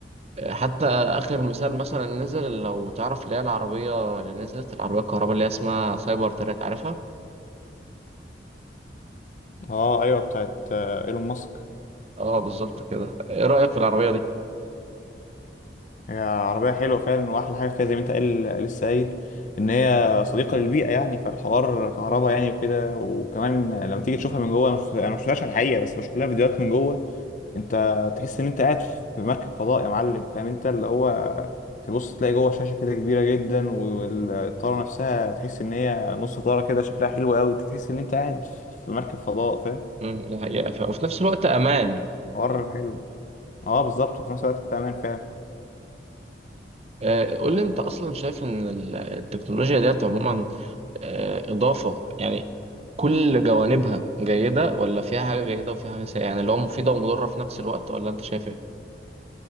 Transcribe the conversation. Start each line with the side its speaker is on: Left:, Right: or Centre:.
Right: آه، حتى اخر مثال مثلا نزل لو تعرف اللي هي العربية اللي نزلت العربية الكهرباء اللي هي اسمها سايبر تراك عارفها
Left: اه ايوه بتاعت آه ايلون ماسك
Right: اه بالظبط كده ايه رأيك في العربية دي
Left: هي عربية حلوة فعلا وأحلى حاجة فيها زي ما أنت قال لسه قايل إن هي صديقة للبيئة يعني فالحوار كهرباء يعني وكده وكمان لما تيجي تشوفها من جوه أنا مش- أنا ما شفتهاش على الحقيقة بس بشوف لها فيديوهات من جوه أنت تحس إن أنت قاعد في مركب فضاء يا معلم فاهم أنت اللي هو تبص تلاقي جوه شاشة كده كبيرة جدا والطارة نفسها تحس إن هي نص طارة كده شكلها حلو أوي تحس إن أنت قاعد في مركب فضاء فاهم
Right: مم، دي حقيقة فعلا. وفي نفس الوقت امان
Left: حوار حلو أه بالظبط وفي نفس الوقت أمان فعلا
Right: آه، قول لي انت اصلا شايف ان ال- التكنولوجيا ديت عموما آه، إضافة يعني كل جوانبها جيدة ولا فيها حاجة جيدة وفيها حاجة سيئة يعني اللي هو مفيدة ومضرة في نفس الوقت ولا أنت شايف إيه؟